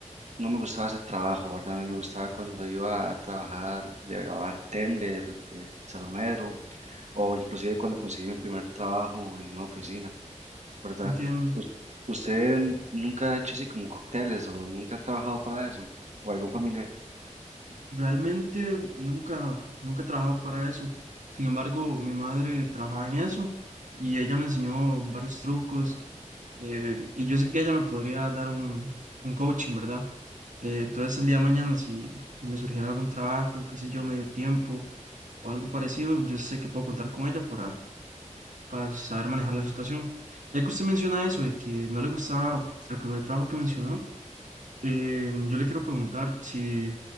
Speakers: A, on the right (about 65°); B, on the right (about 80°).
A: no me gustaba ese trabajo, ¿verdad? A mí me gustaba cuando iba a trabajar de bartender, de salonero, o inclusive cuando conseguí mi primer trabajo en una oficina, ¿verdad?
B: entiendo.
A: ¿Us- ¿Usted nunca ha hecho así como cócteles o nunca ha trabajado para eso? ¿O algún familiar?
B: Realmente nunca, nunca he trabajado para eso. Sin embargo, mi madre trabajaba en eso y ella me enseñó varios trucos eh, y yo sé que ella me podría dar un, un coaching, ¿verdad? Eh, entonces el día de mañana, si me surgiera algún trabajo, qué sé yo, medio tiempo o algo parecido, yo sé que puedo contar con ella para, para saber manejar la situación. Ya que usted menciona eso, de que no le gustaba el primer trabajo que mencionó, eh, yo le quiero preguntar si